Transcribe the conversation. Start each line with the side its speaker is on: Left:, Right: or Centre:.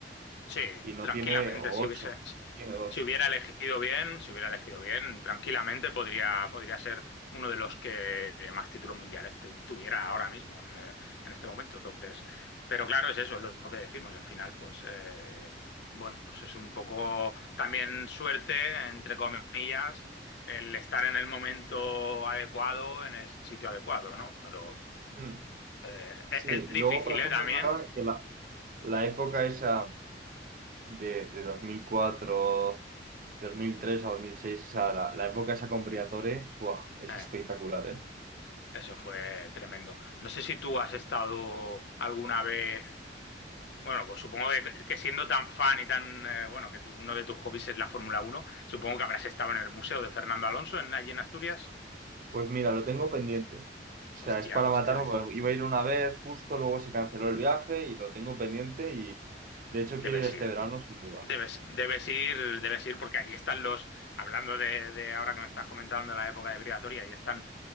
Left: Sí,
Right: Y no
Left: tranquilamente,
Right: tiene o
Left: si hubiese,
Right: ocho, tiene dos.
Left: si hubiera elegido bien, si hubiera elegido bien, tranquilamente podría, podría ser uno de los que más títulos mundiales tu- tuviera ahora mismo, en, eh, en este momento. Entonces, pero claro, es eso, es lo lo que decimos. Al final, pues eh, bueno, pues es un poco también suerte, entre comillas, el estar en el momento adecuado, en el sitio adecuado, ¿no? Pero
Right: Mm.
Left: eh, es
Right: Sí, y
Left: es difícil,
Right: luego, por ejemplo,
Left: ¿eh? También.
Right: es verdad que la, la época esa de, de 2004, 2003 a 2006, o sea, la, la época esa con Briatore, ¡buah! es
Left: eh,
Right: espectacular, ¿eh?
Left: Eso fue tremendo. No sé si tú has estado alguna vez, bueno, pues supongo que, que siendo tan fan y tan, eh, bueno, que tú- uno de tus hobbies es la Fórmula Uno, supongo que habrás estado en el Museo de Fernando Alonso en, allí en Asturias.
Right: Pues mira, lo tengo pendiente. O sea,
Left: Hostia,
Right: es para
Left: pues
Right: matarme,
Left: tienes,
Right: porque iba a ir una vez justo, luego se canceló el viaje y lo tengo pendiente y de hecho
Left: debes
Right: quiero ir este
Left: ir.
Right: verano sin duda.
Left: Debes, debes ir, debes ir porque allí están los, hablando de, de ahora que me estás comentando la época de Brigatoria, ahí están